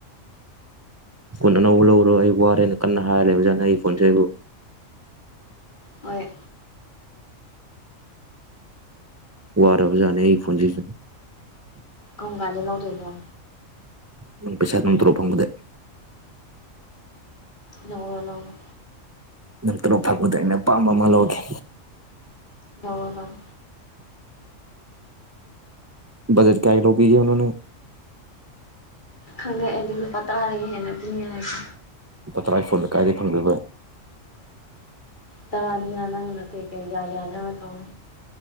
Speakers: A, on the right (about 20°); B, on the left (about 35°).
A: ꯐꯣꯟ ꯑꯅꯧꯕ ꯂꯧꯔꯣ ꯑꯩ ꯋꯥꯔꯦꯅ ꯀꯟꯅ ꯍꯥꯏꯔꯦ ꯑꯣꯖꯥꯅ ꯑꯩ ꯐꯣꯟꯁꯦ ꯕꯨ
B: ꯍꯣꯏ
A: ꯋꯥꯔꯕꯖꯥꯠꯅꯦ ꯑꯩ ꯐꯣꯟꯖꯤꯖꯨ
B: ꯀꯝꯒꯥꯟꯗ ꯂꯧꯗꯣꯏꯅꯣ
A: ꯅꯪ ꯄꯩꯁꯥ ꯅꯪ ꯇꯣꯂꯣꯞ ꯐꯪꯕꯗꯩ
B: ꯂꯧꯔꯣ ꯂꯧꯔꯣ
A: ꯅꯪ ꯇꯣꯂꯣꯞ ꯐꯪꯕꯗ ꯑꯩꯅ ꯑꯄꯥꯝꯕ ꯑꯃ ꯂꯧꯒꯦ
B: ꯂꯧꯔꯣ ꯂꯧꯔꯣ
A: ꯕꯖꯦꯠ ꯀꯌꯥꯒꯤ ꯂꯧꯕꯤꯒꯦ ꯍꯥꯏꯕꯅꯣ ꯅꯪ
B: ꯈꯪꯂꯦ ꯑꯩꯗꯤ ꯂꯨꯄꯥ ꯇꯔꯥꯗꯒꯤ ꯍꯦꯟꯅ ꯄꯤꯅꯤꯡꯉꯥꯏ ꯂꯩꯇꯦ
A: ꯂꯨꯄꯥ ꯇꯔꯥꯏ ꯐꯣꯟꯗꯤ ꯀꯔꯥꯏꯗꯩ ꯐꯪꯗꯣꯏꯕ
B: ꯇꯔꯥꯗꯨꯅ ꯅꯪꯅ ꯀꯩ ꯀꯩ ꯌꯥ ꯌꯥꯅꯕ ꯇꯧꯔꯣ